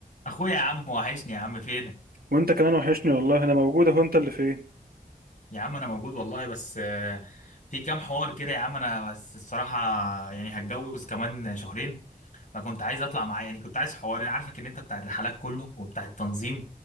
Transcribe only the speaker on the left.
اخويا يا عم وحشني يا عم فينك
يا عم انا موجود والله بس آه، في كام حوار كده يا عم انا بس الصراحه يعني هتجوز كمان شهرين فكنت عايز اطلع معايا يعني كنت عايز حوار انا عارفك ان انت بتاع الرحلات كله وبتاع التنظيم